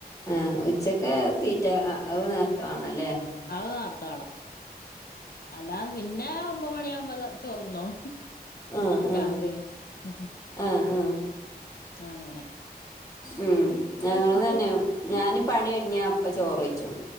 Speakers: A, on the left; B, on the left.
A: ആഹ് ഉച്ചക്ക് തീറ്റ അഅ് നേർത്തവാണല്ലേ
B: അഅ് നാർത്ത വാണം അല്ലാതെ പിന്നെ ഒമ്പമണീ ഒമ്പത് ചോറ്ന്നും
A: ആഹ് ആഹ്
B: രാത്രി ഉം
A: ആഹ് ആഹ്
B: അങ്ങനെ
A: ഉം ഞങ്ങളുംതന്ന്യെ
B: ഉ ഉ
A: ഞാന് പണിഒര്ങ്ങ്യാ അപ്പ ചോറെയിച്ചും